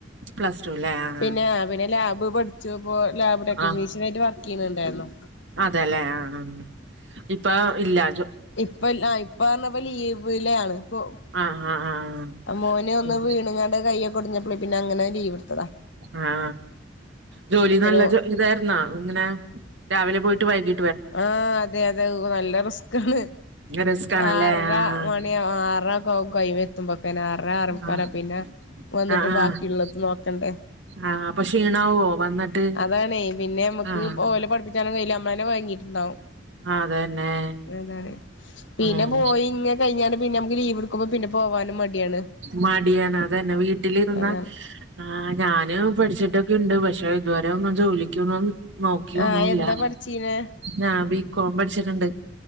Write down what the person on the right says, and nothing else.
പ്ലസ് ടു അല്ലേ ആഹ്
ആഹ്
അതെല്ലേ ആ, ഇപ്പൊ ഇല്ലാ
ആഹ് ആഹ് ആഹ്
ആ ജോലി
നല്ല ജോ ഇതായിരുന്നാ ഇങ്ങനെ, രാവിലെ പോയിട്ട് വൈകിട്
റിസ്ക് ആണല്ലേ
ആഹ്
ആഹ്
ആഹ് ആഹ്
ആഹ് അപ്പൊ ക്ഷീണാവോ വന്നിട്ട്
ആഹ്.
അതന്നെ.
ഉം
മടിയാണ് അതന്നെ വീട്ടിലിരുന്ന.
ആ ഞാന് പഠിച്ചിട്ടൊക്കെയുണ്ട് പക്ഷെ ഇതുവരെ ഒന്നും ജോലിക്കൊന്നും. നോക്കിയൊന്നുംല്ല
ഞാ ബി കോം പഠിച്ചിട്ടുണ്ട്.